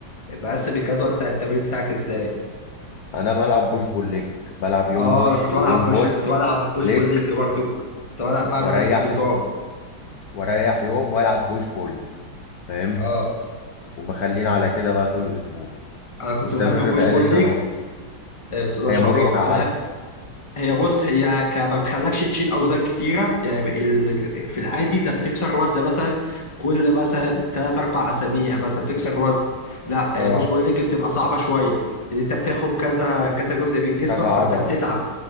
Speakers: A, on the left; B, on the left.
A: مقسم الجدول بتاع التمرين بتاعك إزاي؟
B: انا بلعب بوش بول ليج بلعب يوم
A: اه
B: بوش
A: أنا كنت
B: ويوم
A: بلعب بوش
B: بول
A: كنت بلعب بوش
B: ليج
A: بول ليج برضه كنت بلعب بعمل
B: واريح
A: نفس النظام
B: واريح يوم والعب بوش بول فاهم
A: اه
B: وبخلينا على كده بقى طول الاسبوع
A: انا كنت
B: مستمر
A: بحب البوش
B: بقالي
A: بول
B: سنة ونص
A: آه، بس ده ما
B: هي
A: شاء
B: مريحة
A: الله كنت
B: على
A: بحب هي بص هي ك... ما بتخلكش تشيل اوزان كتيره يعني ال... في العادي انت بتكسر وزن مثلا كل مثلا ثلاث اربع اسابيع مثلا تكسر وزن لا
B: اه
A: آه، بوش بول ليج بتبقى صعبه شويه لان انت بتاخد كذا كذا جزء من جسمك
B: كذا عضلة
A: فانت بتتعب